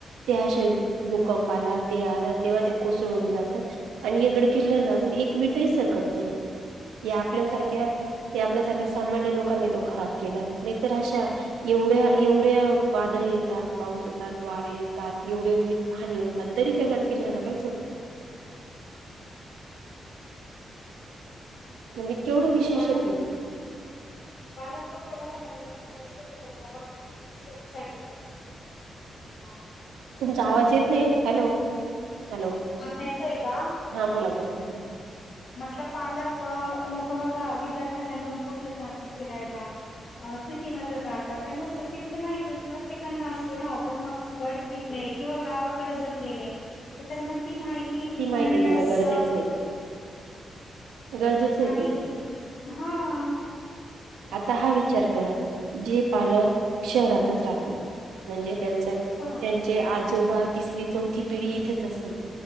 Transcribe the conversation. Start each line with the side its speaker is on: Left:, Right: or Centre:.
Right: ते अशे भूकंप आला ते आला तेव्हा ते कोसळून जातात आणि गड किल्ल्याना अजून <unintelligible> काहीच हरकत नाही ते आपल्यासारख्या
Left: बरोबर
Right: ते आपल्यासारख्या सामान्य लोक लोकां तो खराब केला नाही तरर अशा एवढ्या एवढ्या वादळ येतात पाऊस येतात वारे येतात एवढे वी हानी होतात तरी त्या गड किल्याना काहीच होत <inaudible> म्हणजे केवढं विशेष
Left: पालक
Right: ये ते.
Left: पालक <inaudible>
Right: तुमचा
Left: सिटीमध्ये
Right: आवाज येत
Left: फिरायला
Right: नाही ओ
Left: घेऊन
Right: हॅलो.
Left: जातात.
Right: हॅलो
Left: आता येतोय का
Right: हा बोला बोला
Left: म्हटल. पालक लोक बघा विद्यार्थ्यांना घेऊन खूप येतात फिरायला अ सिटीमध्ये राहतात त्यांना सिटीतली माहिती प्रत्येकना असते ना पण मग गड किल्ले किंवा गावाकडं जर गेले तर त्यांना ती माहिती ती
Right: माहिती
Left: मिळण्यास
Right: देणं गरजेचं आहे गरजेचं आहे
Left: आणि
Right: ते
Left: हं.
Right: आता हा विचार करा जे पालक शहरातच राहतात. म्हणजे त्यांचा
Left: बरोबर
Right: त्यांचे आजोबात तिसरी चौथी पिढी इथेच असेल